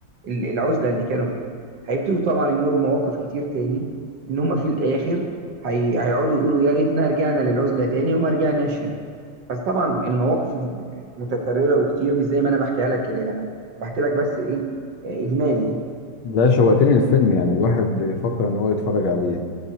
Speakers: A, on the right; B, on the left.
A: ال- العزلة اللي كانوا فيها هيبتدوا طبعا يمروا مواقف كتير تاني إن هما في الآخر هي... هيقعدوا يقولوا يا ريتنا رجعنا للعزلة تاني وما رجعناش هنا بس طبعا المواقف متكررة وكتير مش زي ما أنا بحكيها لك كده يعني أنا بحكي لك بس إيه آه، إجمالي يعني
B: لا شوقتني الفيلم يعني الواحد يفكر ان هو يتفرج عليه